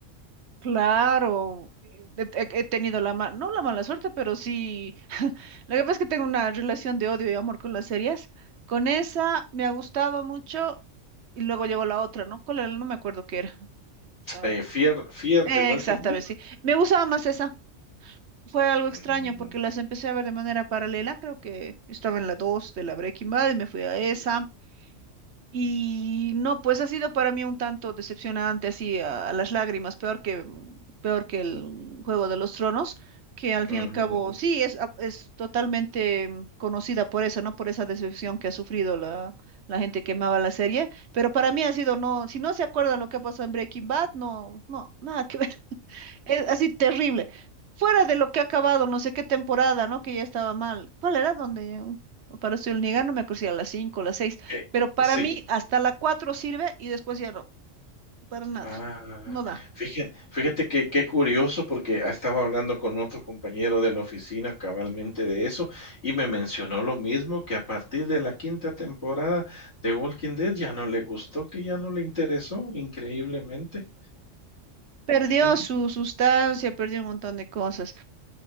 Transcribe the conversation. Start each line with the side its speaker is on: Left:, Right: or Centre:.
Right: Claro, eh, he, he- tenido la mala, no la mala suerte, pero sí, <laughs> lo que pasa es que tengo una relación de odio y amor con las series. Con esa me ha gustado mucho y luego llegó la otra, ¿no? ¿Cuál era? No me acuerdo qué era. Ah,
Left: Eh, Fear Fear
Right: Exactamente,
Left: the Walking Dead.
Right: sí. Me gustaba más esa. Fue algo
Left: Mm,
Right: extraño porque las empecé a ver de manera paralela. Creo que estaba en la 2 de la Breaking Bad y me fui a esa. Y no, pues ha sido para mí un tanto decepcionante, así a, a las lágrimas, peor que, peor que el Juego de los Tronos, que al
Left: mm,
Right: fin y al cabo,
Left: mm,
Right: sí, es, a- es totalmente mm, conocida por eso, ¿no? Por esa decepción que ha sufrido la, la gente que amaba la serie. Pero para mí ha sido, no, si no se acuerdan lo que ha pasado en Breaking Bad, no, no, nada que ver. Es así terrible. Fuera de lo que ha acabado, no sé qué temporada, ¿no? Que ya estaba mal. ¿Cuál era? Donde uh, apareció el Niga, no me acuerdo si a las 5 las seis
Left: eh,
Right: Pero para
Left: sí.
Right: mí, hasta la 4 sirve y después ya no, para nada.
Left: Ah,
Right: No da.
Left: fíjate, fíjate que qué curioso, porque estaba hablando con otro compañero de la oficina cabalmente de eso, y me mencionó lo mismo, que a partir de la quinta temporada de Walking Dead ya no le gustó, que ya no le interesó, increíblemente.
Right: Perdió
Left: Sí.
Right: su sustancia, perdió un montón de cosas.